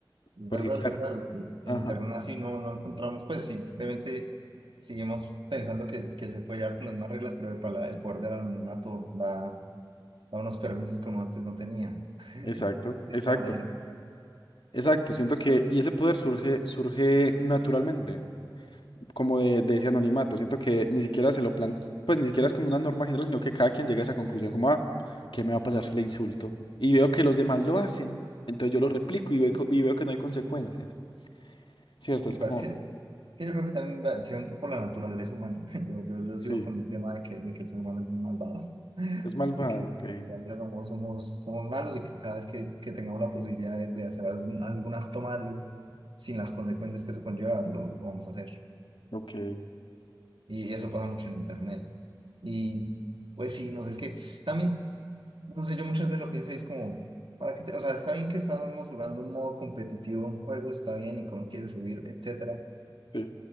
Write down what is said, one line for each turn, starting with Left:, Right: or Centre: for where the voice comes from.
Right: ¿Verdad?
Left: porque claro,
Right: ¿Verdad? En
Left: ajá,
Right: Ternaci no, no encontramos, pues simplemente seguimos pensando que, que se puede llevar con las más reglas, pero el, pala- el poder del anonimato da, da unos permisos que uno antes no tenía,
Left: exacto,
Right: de
Left: exacto.
Right: esta manera.
Left: Exacto, siento que, y ese poder surge, surge naturalmente, como de, de ese anonimato. Siento que ni siquiera se lo plantea, pues ni siquiera es como una norma general, sino que cada quien llega a esa conclusión como, ah, ¿qué me va a pasar si le insulto? Y veo que los demás lo hacen, entonces yo lo replico y veo, co- y veo que no hay consecuencias. Cierto,
Right: El
Left: es
Right: cual
Left: como,
Right: es que, es que yo creo que también va- se ve un poco la naturaleza humana. <laughs> Yo, yo, yo
Left: sí,
Right: sigo con el tema de que, de que el ser humano es malvado, <laughs> de
Left: es malvado,
Right: que a
Left: ok,
Right: veces somos, somos, somos malos y que cada vez que, que tengamos la posibilidad de, de hacer algún, algún acto malo sin las consecuencias que eso conlleva, lo lo vamos a hacer.
Left: ok,
Right: Y eso pasa mucho en internet. Y pues sí, no sé, es que también, no sé, yo muchas veces lo pienso y es como, ¿para qué te- O sea, está bien que estamos jugando un modo competitivo, un juego, está bien y cómo quieres subir, etcétera,
Left: sí,